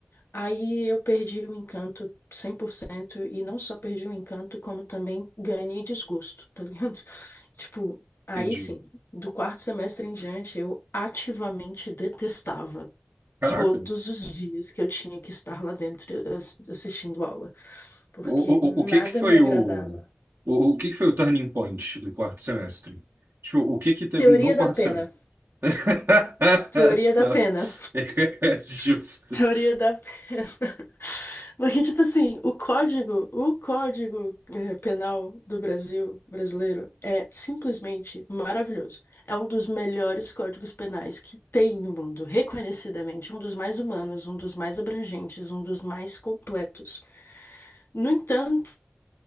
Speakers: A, on the left; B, on the right.
A: aí eu perdi o encanto 100% e não só perdi o encanto, como também ganhei desgosto, tá ligado? <laughs> Tipo, aí
B: entendi.
A: sim, do quarto semestre em diante, eu ativamente detestava
B: Caraca.
A: todos os dias que eu tinha que estar lá dentro eh, assistindo aula porque
B: O,
A: nada
B: o, o o que que foi
A: me agradava.
B: o, o, o que que foi o turning point do quarto semestre? Tipo, o que que teve
A: Teoria
B: no quarto
A: da pena.
B: semestre? <laughs>
A: Teoria
B: Só.
A: da pena.
B: <laughs> Justo.
A: <laughs> Teoria da pena. <laughs> Porque, tipo assim, o código, o código eh, penal do Brasil, brasileiro, é simplesmente maravilhoso. É um dos melhores códigos penais que tem no mundo, reconhecidamente, um dos mais humanos, um dos mais abrangentes, um dos mais completos. No entanto,